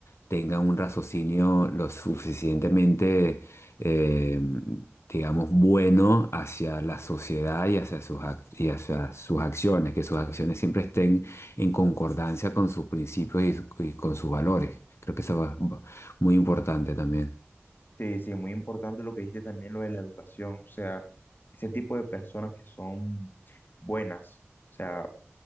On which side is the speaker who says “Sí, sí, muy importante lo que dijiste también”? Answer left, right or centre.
Left